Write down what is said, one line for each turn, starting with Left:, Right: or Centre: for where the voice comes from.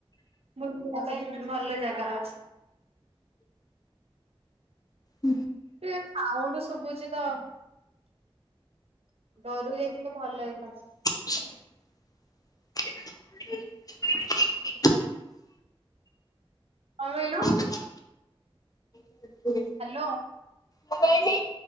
Right: ବୁଲିଯିବା ପାଇଁ ଭଲ ଜାଗା ଅଛି।
Left: ହୁଁ।
Right: ଏ ସାଉଣ୍ଡ ଶୁଭୁଛି ତ? ଘରୁ ଯାଇଥିଲେ ଭଲ ହେଇଥାନ୍ତା।
Left: <unintelligible>
Right: କଣ ମାଇଲୁ?
Left: ହ ଆା
Right: ହ୍ୟାଲୋ।
Left: ମୁ କହିଲି